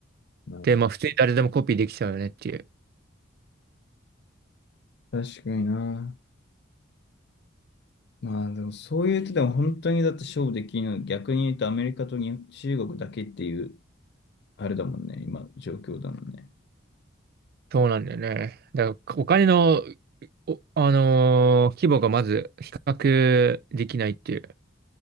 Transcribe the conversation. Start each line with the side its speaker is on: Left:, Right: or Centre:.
Left: うんうん。
Right: で、まあ普通に誰でもコピーできちゃうよねっていう。
Left: 確かにな。まあでもそういうとでも本当にだって勝負できるの逆に言うとアメリカとに中国だけっていうあれだもんね今の状況だもんね。
Right: そうなんだよね。だからお金の、お、あのー規模がまず比較できないっていう。